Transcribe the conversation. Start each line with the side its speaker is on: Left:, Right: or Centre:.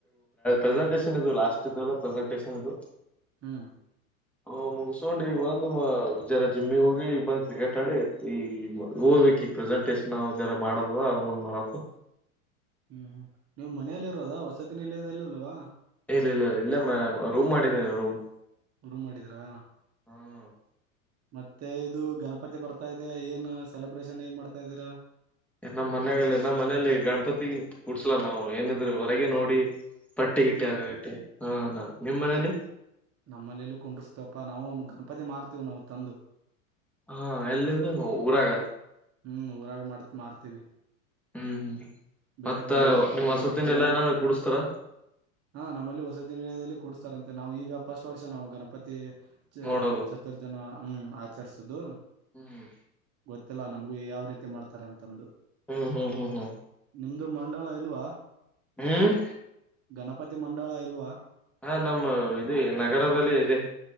Centre: ಪ್ರೆಸೆಂಟೇಶನ್ ಇದು ಲಾಸ್ಟ್ ಇಲ್ಲ ಇ
Right: ಹ್ಮ್
Centre: ಹ್ ಮುಗಸ್ಕೊಂಡಿ ಒಂದು ಜರ ಜಿಮ್ಮಿಗ್ ಹೋಗಿ ಈ ಬಂದ ಕ್ರಿಕೆಟ್ ಆಡಿ ಈ ಓದ್ಬೇಕು ಈಗ ಪ್ರೆಸೆಂಟೇಶನ್ ಜರ ಮಾಡದ ಅಂದ್ ಮಾಡಕು
Right: ಹ್ಮ್ ಹ್ಮ್ ನೀವು್ ಮನೆಯಲ್ಲಿ ಇರೋದಾ ವಸತಿ ನಿಲಯದಲ್ಲಿ ಅಲ್ವಾ
Centre: ಇಲ್ಲ ಇಲ್ಲ ಇಲ್ಲ ಮ ರೂಮ್ ಮಾಡಿದ್ದೇನೆ ರೂಮ್
Right: ರುಮ್ ಮಾಡಿದ್ರಾ
Centre: ಹ್ಮ
Right: ಮತ್ತೆ ಇದು ಗಣಪತಿ ಬರ್ತಾ ಇದೆ ಏನ್ ಸೆಲೆಬ್ರೇಷನ್ ಹೇಗ್ ಮಾಡ್ತಾ ಇದ್ದೀರಾ
Centre: ನಮ್ಮ್ ಮನಾಗಲ್ಲ ನಮ್ಮ್ ಮನಲಿ ಗಣಪತಿ ಕೂಡ್ಸಲ ನಾ್ ಏನಿದ್ರರು ಹೊರಗೆ ನೋಡಿ ಪಟ್ಟಿ ಗಿಟ್ಟಿ
Right: ಹ್ಮ್
Centre: ಆಗಾಗಟ್ಟೆ ಹಾ ನಾ ನಿಮ್ಮ್ ಮನೇಲಿ
Right: ನಮ್ಮನೆಯಲ್ಲೂ ಕುಂಡ್ರಿಸ್ತಪ್ಪಾ ನಾವು ಗಣಪತಿ ಮಾರ್ತೀವು ನಾವು ತಂದು
Centre: ಹಾ ಎಲ್ಲಿಂದ ಊರಾಗ
Right: ಹ್ಮ್ ಊರಾಗ ಮಾಡತ್ ಮಾಡ್ತೀವಿ
Centre: ಹ್ಮ್ ಹ್ಮ್
Right: ಬೇರೆ
Centre: ಮತ್ತ
Right: ಕಡೆಯಿಂದ ತರ್ತೀವಿ
Centre: ನಿಮ್ ವಸತಿನ ಎಲ್ಲಾ ಏನ ಕುೂಡಸ್ತಾರ
Right: ಹಾ ನಮ್ಮಲ್ಲಿ ಹೊಸ ದಿನದಲ್ಲಿ ಕೂಡ್ಸ್ತಾರಂತೆ ಮತ್ತು ನಾವು ಈಗ ಫಸ್ಟ್ ವರ್ಷ ನಾವು ಗಣಪತಿ ಚ
Centre: ನೋಡೋದು
Right: ಚತುರ್ಥಿಯನ್ನು ಆಚರಿಸೋದು
Centre: ಹ್ಮ್
Right: ಗೊತ್ತಿಲ್ಲ ನಮ್ಗು ಯಾವ ರೀತಿ ಮಾಡ್ತಾರ ಅಂತಂದು
Centre: ಹ್ಮ್ ಹ್ಮ್ ಹ್ಮ್ ಹ್ಮ್
Right: ನಿಮ್ದು ಮಂಡಳ ಇಲ್ವಾ
Centre: ಹ್ಮ್
Right: ಗಣಪತಿ ಮಂಡಳ ಇಲ್ವಾ
Centre: ಹಾ ನಮ್ಮ ಇದು ನಗರದಲ್ಲಿ ಇದೆ